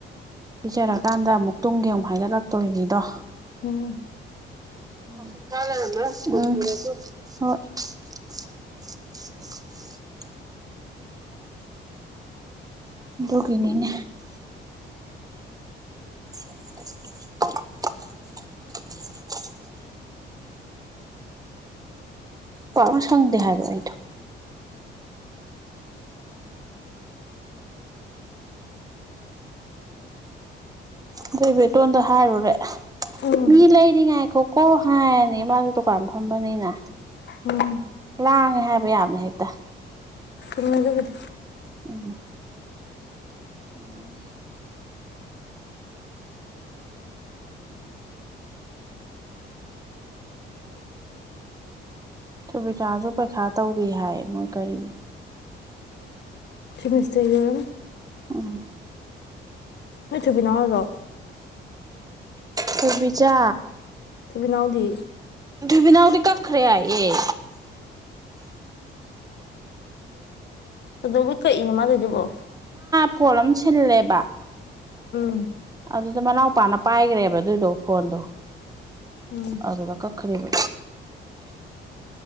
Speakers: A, on the right (about 20°); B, on the left (about 60°).
A: ꯄꯤꯆꯔ ꯀꯥꯟꯗ ꯑꯃꯨꯛ ꯇꯨꯝꯒꯤ ꯑꯃꯨꯛ ꯍꯥꯏꯒꯠꯂꯛ ꯇꯣꯏꯅꯤꯗꯣ
B: ꯎꯝ
A: <unintelligible> ꯗꯨꯒꯤꯅꯤꯅꯦ <unintelligible> ꯄꯥꯛꯅ ꯁꯪꯗꯦ ꯍꯥꯏꯕ ꯑꯩꯗꯣ ꯑꯗꯩ ꯏꯕꯦꯇꯣꯟꯗ ꯍꯥꯏꯔꯨꯔꯦ
B: ꯎꯝ
A: ꯃꯤ ꯂꯩꯥꯏꯔꯤ ꯉꯥꯏ ꯈꯣꯀꯣ ꯍꯥꯏꯔꯅꯤ ꯃꯥꯁꯨ ꯗꯨꯀꯥꯟ ꯐꯝꯕꯅꯤꯅ
B: ꯎꯝ
A: ꯂꯥꯡꯉꯦ ꯍꯥꯏꯕ ꯌꯥꯝꯅ ꯍꯦꯛꯇ
B: ꯎꯝ ꯑꯗꯨꯕꯨꯗꯤ
A: ꯎꯝꯍ <unintelligible> ꯁꯨꯕꯤꯆꯥꯥꯁꯨ ꯄꯩꯈꯥ ꯇꯧꯔꯤ ꯍꯥꯏꯌꯦ ꯃꯣꯏ ꯀꯔꯤꯒꯤꯅꯣ
B: ꯁꯃꯤꯁꯇꯔꯒꯤ ꯑꯣꯏꯔꯝꯅꯤ
A: ꯎꯝ
B: ꯅꯣꯏ ꯊꯣꯏꯕꯤꯅꯦ ꯍꯥꯏꯔꯣ꯫
A: ꯊꯣꯏꯕꯤꯆꯥ
B: ꯊꯣꯏꯕꯤꯅꯥꯎꯗꯤ
A: ꯕꯤꯅꯥꯎꯗꯤ ꯀꯛꯈꯔꯦ ꯍꯥꯏ ꯑꯦ
B: ꯀꯩꯗꯧꯕꯩ ꯀꯛꯏꯅꯣ ꯃꯥ ꯇꯧꯏꯗꯨꯕꯣ
A: ꯐꯣꯜ ꯑꯝ ꯁꯤꯜꯂꯦꯕ
B: ꯎꯝ
A: ꯑꯗꯨꯗ ꯃꯅꯥꯎꯄꯥꯅ ꯄꯥꯏꯒꯔꯦꯕ ꯑꯗꯨꯏꯗꯣ ꯐꯣꯟꯗꯣ
B: ꯎꯝ
A: ꯑꯗꯨꯗ ꯀꯛ ꯈꯔꯦꯕ